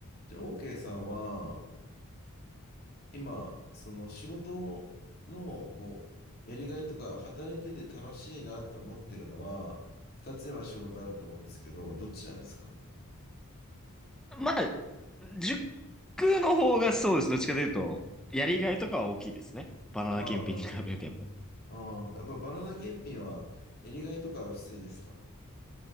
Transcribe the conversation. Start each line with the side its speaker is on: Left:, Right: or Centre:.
Left: じゃあ、OK さんは、今、その仕事の、こう、やりがいとか、働いてて楽しいなって思ってるのは、二つ今仕事あると思うんですけど、どっちなんですか
Centre: まあ、塾の方がそうです。どっちかというと、やりがいとかは大きいですね。バナナ検品に比べるとやっぱり。
Left: ああー、なるほど。ああ、やっぱバナナ検品は、やりがいとかは薄いですか